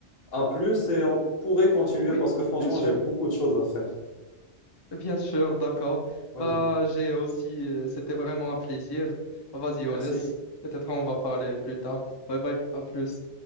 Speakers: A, on the left; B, on the left.
A: à plus et on pourrait continuer
B: Oui,
A: parce que franchement,
B: bien sûr.
A: j'ai beaucoup de choses à faire.
B: Bien sûr, d'accord.
A: Vas-y.
B: Bah, j'ai aussi, euh, c'était vraiment un plaisir. Vas-y,
A: Merci.
B: Younes, peut-être on va parler plus tard. Bye bye, à plus.